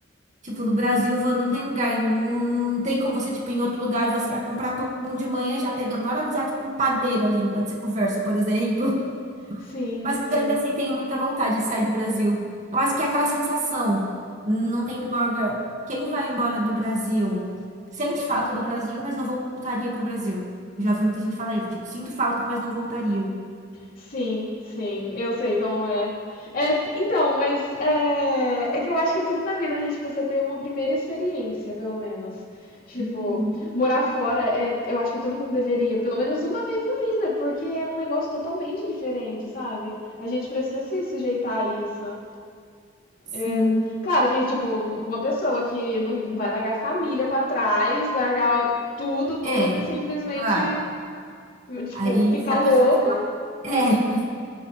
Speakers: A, on the right; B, on the left.
A: Tipo, no Brasil vo- não tem lugar, não tem como você, tipo, em outro lugar você vai comprar pão de manhã e já pega a maior amizade com o padeiro ali enquanto você conversa, por exemplo.
B: Sim,
A: Mas
B: sim.
A: eu ainda assim tenho muita vontade de sair do Brasil. Eu acho que é aquela sensação, não tem igual. a- Quem vai embora do Brasil sente falta do Brasil, mas não voltaria pro Brasil. Já vi muita gente falar isso, tipo, sinto falta, mas não voltaria.
B: Sim, sim, eu sei como é. É, então, mas é, é que eu acho que tudo na vida a gente precisa ter uma primeira experiência, pelo menos. Tipo,
A: Uhum.
B: morar fora, é, eu acho que todo mundo deveria, pelo menos uma vez na vida, porque é um negócio totalmente diferente, sabe? A gente precisa se sujeitar a isso.
A: Sim,
B: É, claro que, tipo, uma pessoa que não não vai largar a família pra trás, largar tudo, tudo
A: é,
B: e simplesmente,
A: claro.
B: tipo,
A: Aí
B: ficar
A: se a
B: louca.
A: pessoa tem. É.